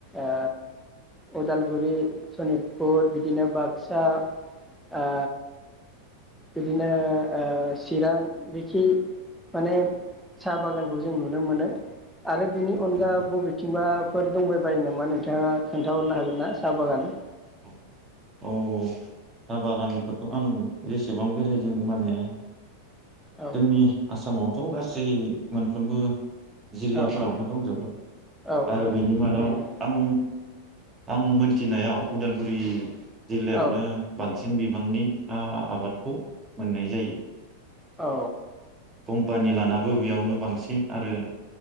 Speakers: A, in the centre; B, on the right.
A: आ उदालगुरि सनितपुर बिदिनो बाक्सा आ बिदिनो आ चिरां बेखि माने साहा बागानखौ जों नुनो मोनो । आरो बेनि अनगा
B: औ औ
A: बबेथिंबा फोर दंबायबायो नामा नों थाङा खोनथाहरनो हागोन ना? साहा बागान ।
B: औ औ साहा बागानखौथ आं जेसेबां बेराय दों माने
A: औ
B: जोंनि आसामाव थ' गासै मोनफ्रोमबो जिल्लाफोरावनो
A: औ औ
B: दंजोबो
A: औ
B: आरो बिनि मादाव
A: नंगौ
B: आं आं मोनथिनायाव उदालगुरि जिल्लायावनो
A: औ
B: बां सिन बिबांनि साहा आबादखौ मोननाय जायो ।
A: औ
B: कम्पानि लानाबो बेयावनो बांसिन आरो